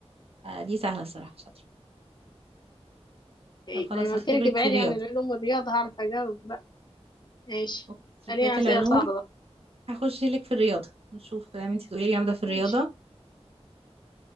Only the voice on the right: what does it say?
آه دي سهلة الصراحة شاطرة
طب خلاص
هختبرك
في الرياضة
اوكي
فات
العلوم
هخش لك في الرياضة نشوف بقى انتي تقولي لي جامدة في الرياضة